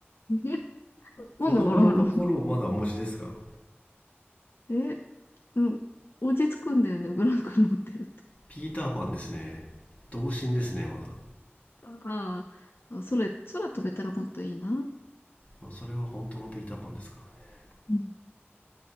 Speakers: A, on the left (about 65°); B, on the left (about 35°).
A: え
B: <laughs>
A: なんで笑うの
B: 子供の心をまだお持ちですか
A: え、うん、落ち着くんだよね、ブランコ乗ってると。
B: ピーターパンですね童心ですねまだ
A: ああ、あ、それ、空飛べたらもっといいな。
B: まあそれは本当のピーターパンですからね
A: うん。ちょ